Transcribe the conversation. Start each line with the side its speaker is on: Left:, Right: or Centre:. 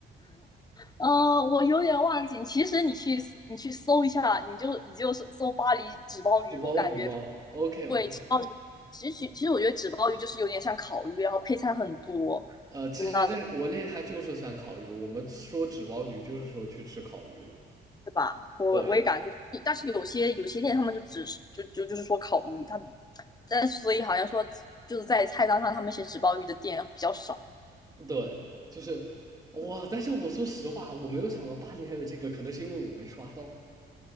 Left: 呃，我有点忘记。其实你去你去搜一下，你就你就搜巴黎纸包鱼，
Right: 纸包鱼吗？OK
Left: 我感觉
Right: OK，
Left: 对纸包鱼其实其实我觉得纸包鱼就是有点像烤鱼，然后配菜很多
Right: 呃，其实在国内它就是算烤鱼，
Left: 那种，
Right: 我们说纸包鱼就是说去吃烤鱼的，
Left: 对吧？我我也感觉，
Right: 对
Left: 但是有些有些店他们就只是就就就是说烤鱼，他但所以好像说就是在菜单上他们写纸包鱼的店比较少。
Right: 对，就是哇！但是我说实话，我没有想到巴黎还有这个，可能是因为我没刷到，